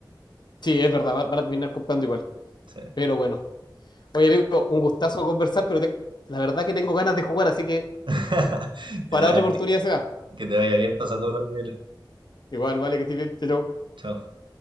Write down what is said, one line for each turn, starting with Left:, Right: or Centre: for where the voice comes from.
Left: Sí, es verdad, va- van a terminar comprando igual.
Right: Sí.
Left: Pero bueno. Oye, amigo, un gustazo conversar, pero te- la verdad que tengo ganas de jugar, así que
Right: <laughs> Ya,
Left: para otra oportunidad
Right: que,
Left: se da.
Right: que te vaya bien, pasa todos los niveles.
Left: Igual, vale, que estés bien. Chao,
Right: Chao.